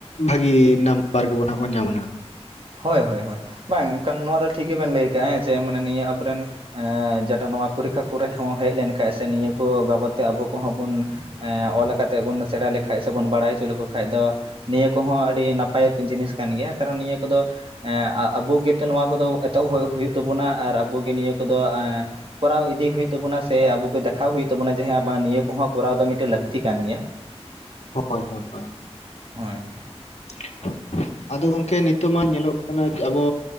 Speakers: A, on the left (about 75°); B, on the right (about 55°).
A: ᱵᱷᱟᱹᱜᱤ ᱱᱟᱢᱵᱟᱨ ᱜᱮᱵᱚ ᱱᱟᱜ ᱵᱚᱱ ᱧᱟᱢᱟ ᱱᱟᱜ
B: ᱦᱳᱭ ᱦᱳᱭ ᱦᱳᱭ ᱵᱟᱝ ᱮᱱᱠᱷᱟᱱ ᱱᱚᱣᱟ ᱫᱚ ᱴᱷᱤᱠ ᱜᱮᱵᱮᱱ ᱞᱟᱹᱭ ᱟᱠᱟᱜᱼᱟᱸ ᱦᱮᱸᱪᱮ ᱱᱤᱭᱟᱹ ᱟᱵᱚᱨᱮᱱ ᱡᱮᱴᱟ ᱱᱚᱣᱟ ᱯᱚᱨᱤᱠᱠᱷᱟ ᱠᱚᱨᱮ ᱦᱚᱸ ᱦᱮᱡ ᱞᱮᱱᱠᱷᱟᱡ ᱥᱮ ᱱᱤᱭᱟᱹ ᱠᱚ ᱵᱟᱵᱚᱫ ᱛᱮ ᱟᱵᱚ ᱠᱚᱦᱚᱸ ᱵᱚᱱ ᱚᱞ ᱠᱟᱛᱮᱮᱫ ᱵᱚᱱ ᱥᱮᱬᱟ ᱞᱮᱠᱷᱟᱡ ᱥᱮᱵᱚᱱ ᱵᱟᱲᱟᱭ ᱦᱚᱪᱚ ᱞᱮᱠᱚ ᱠᱷᱟᱱ ᱫᱚ ᱱᱤᱭᱟᱹ ᱠᱚᱦᱚᱸ ᱟᱹᱰᱤ ᱱᱟᱯᱟᱭ ᱡᱤᱱᱤᱥ ᱠᱟᱱ ᱜᱮᱭᱟ ᱠᱟᱨᱚᱱ ᱱᱤᱭᱟᱹ ᱠᱚᱫᱚ ᱟᱵᱚ ᱜᱮᱛᱚ ᱱᱚᱣᱟ ᱠᱚᱫᱚ ᱮᱛᱚᱦᱚᱵ ᱦᱩᱭᱩᱜ ᱛᱟᱵᱚᱱᱟ ᱟᱨ ᱟᱵᱚᱜᱮ ᱱᱤᱭᱟᱹ ᱠᱚᱫᱚ ᱠᱚᱨᱟᱣ ᱤᱫᱤ ᱦᱩᱭᱩᱜ ᱛᱟᱵᱚᱱᱟ ᱥᱮ ᱟᱵᱚ ᱠᱚ ᱠᱚᱨᱟᱣ ᱤᱫᱤ ᱦᱩᱭᱩᱜ ᱛᱟᱵᱚᱱᱟᱥᱮ ᱱᱤᱭᱟ. ᱠᱚᱫᱚ ᱫᱮᱷᱟᱣ ᱦᱩᱭᱩᱜ ᱛᱟᱵᱚᱱᱟ ᱡᱮᱮ ᱱᱤᱭᱟᱹ ᱠᱚᱦᱚᱸ ᱠᱚᱨᱟᱣ ᱫᱚ ᱢᱤᱫᱴᱮᱱ ᱞᱟᱹᱠᱛᱤ ᱠᱟᱱ ᱜᱮᱭᱟ
A: ᱦᱳᱭ ᱦᱳᱭ ᱦ
B: ᱦᱳᱭ
A: <unintelligible> ᱟᱫᱚ ᱜᱚᱝᱠᱮ ᱱᱤᱛᱚᱜ ᱢᱟ ᱧᱮᱞᱚᱜ ᱠᱟᱱᱟ ᱟᱵᱚ